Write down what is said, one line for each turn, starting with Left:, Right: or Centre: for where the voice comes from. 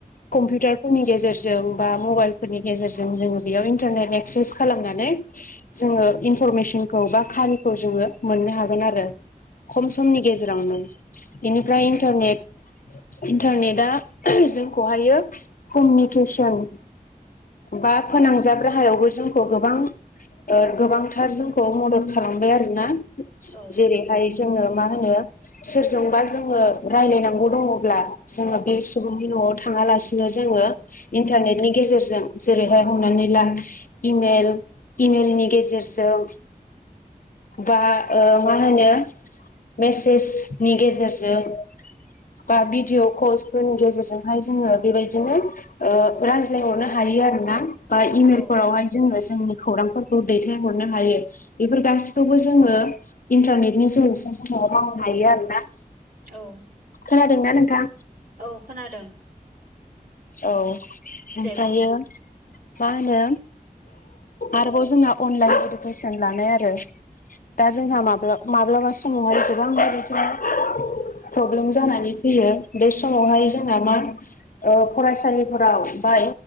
Left: कम्पिउटारफोरनि गेजेरजों बा मबाइलफोरनि गेजेरजों जोङो बेयाव इन्टारनेट ने एक्सारसाइस खालामनानै जोङो इनफरमेसनखौ बा खारिखौ जोङो मोननो हागोन आरो खम समनि गेजेरावनो बेनिफ्राय इन्टारनेट इन्टारनेटआ जोंखौहायो कमिउनिकेसन बा फोनांजाब राहायावबो जोंखौ गोबां गोबांथार जोंखौ मदद खालामबाय आरोना
Right: औ
Left: जेरै नाथाय जोङो मा होनो सोरजोंबा जोङो राय्लायनांगौ दङब्ला जोङो बे सुबुंनि न'आव थाङालासिनो जोङो इन्टारनेटनि गेजेरजों जेरैहाय हमनानै ला इमेल इमेलनि गेजेरजों बा मा होनो मेसेजनि गेजेरजों बा भिडिअअ कल्सफोरनि गेजेरजोंहाय जोङो बेबायदिनो रायज्लायहरनो हायो आरोना बा इमेलफोरावहाय
Right: औ
Left: जोङो जोंनि खौरांफोरखौ दैथायहरनो हायो बेफोर गासिखौबो जोङो इन्टारनेटनि जे <unintelligible> मावनो हायो आरो ना
Right: औ
Left: खोनादों ना नोंथां।
Right: औ खोनादों।
Left: औ ओमफ्रायो
Right: दे बुं
Left: मा होनो आरोबाव जोंना अनलाइन इडुकेसन लानाय आरो। दा जोंहा माब्ला माब्लाबा समावहाय गोबां बेबायदिनो प्रब्लेम जानानै फैयो बे समावहाय जोंना मा ओ फरायसालिफोराव बा